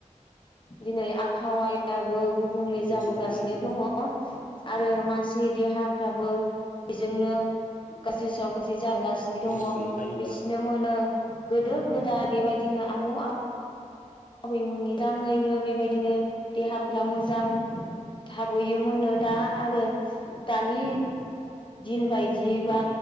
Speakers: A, on the left; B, on the left.
A: दिनै आबहावायाबो गुबुंले
B: जों
A: जाबोगासिनो
B: उम
A: दङ । आरो मानसिनि देहाफ्राबो बेजोंनो गासि सावगासि <unintelligible> सिनो
B: गुसुं
A: दङ
B: आयुआ
A: मिथिनो मोनो गोदोब गोदा बेबायदिनो आबौ आ बैमोननि दाङैनो बेबायदिनो देहाफ्रा मोजां थाबोयोमोननो दा आरो दानि दिन बायदियैबा